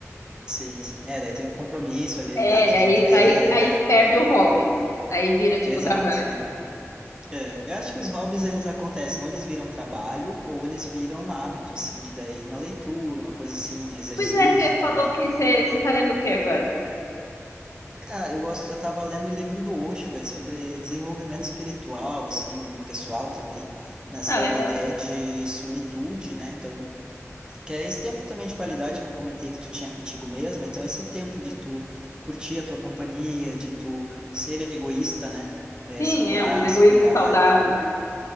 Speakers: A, on the right; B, on the left.
A: Sim, sim. É, daí tem um compromisso ali,
B: É,
A: data de
B: aí,
A: entrega.
B: aí, aí perde o hobby. Aí vira tipo
A: Exato,
B: trabalho.
A: né? É, eu acho que os hobbies eles acontecem, ou eles viram trabalho, ou eles viram hábito, assim, que daí uma leitura, uma coisa assim, exercício
B: Pois é, você
A: também.
B: falou que você, você tá lendo o quê agora?
A: Cara, eu gosto, eu tava lendo o livro do Osho, é sobre desenvolvimento espiritual, assim, pessoal também, nessa
B: Ah, legal.
A: ideia de solitude, né? Então, que é esse tempo também de qualidade que eu comentei que tu tinha contigo mesmo, então esse tempo de tu curtir a tua companhia, de tu ser egoísta, né? É,
B: Sim,
A: se curar,
B: é um egoísmo
A: se cuidar
B: saudável,
A: e tal
B: né?